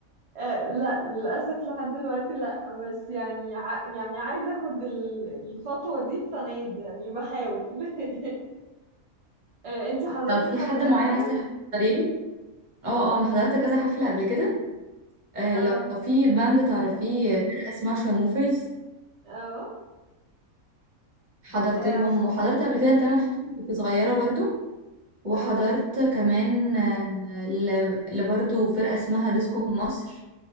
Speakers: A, on the right (about 60°); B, on the right (about 35°).
A: آه، لا للأسف لحد دلوقتي لا بس يعني ع- يعني عايزة أخد ال- الخطوة دي السنة دي يعني بحاول <laughs> آه، انتي حضرتي
B: لو في
A: حفلات
B: حد معين
A: طيب؟
B: عايز تحضري له اه اه انا حضرت كذا حفلة قبل كده آه،
A: اه
B: لو في باند تعرفيه فرقة اسمها شارموفرز
A: اه
B: حضرت
A: آه،
B: لهم
A: عارفة
B: وحضرت قبل كده لتامر حسني كنت صغيرة برضو وحضرت
A: اه
B: كمان آه، ل- لبرضو فرقة اسمها ديسكو مصر